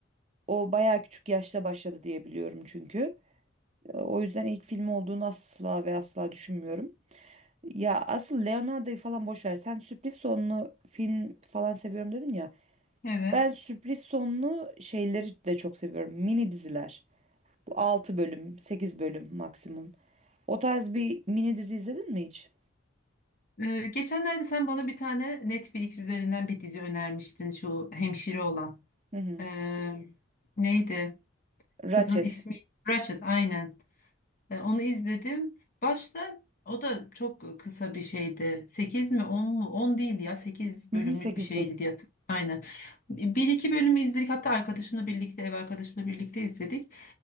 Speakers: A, on the right; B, on the left.
A: O bayağı küçük yaşta başladı diye biliyorum çünkü. E, O yüzden ilk filmi olduğunu asla ve asla düşünmüyorum. Ya asıl Leonardo'yu falan boş ver. Sen sürpriz sonlu film falan seviyorum dedin ya.
B: Evet.
A: Ben sürpriz sonlu şeyleri de çok seviyorum. Mini diziler. Bu 6 bölüm, 8 bölüm maksimum. O tarz bir mini dizi izledin mi hiç?
B: Ee, geçenlerde sen bana bir tane Netflix üzerinden bir dizi önermiştin şu hemşire olan.
A: Hı hı.
B: Eee, neydi?
A: Ratchet.
B: Kızın ismi Ratched aynen. E, onu izledim. Başta o da çok kısa bir şeydi. sekiz mi on mu? on değil ya. sekiz bölümlük
A: Hı hı, 8
B: bir şeydi
A: bölüm.
B: diye hatır- Aynen. Bir iki bölümü izledik. Hatta arkadaşımla birlikte, ev arkadaşımla birlikte izledik.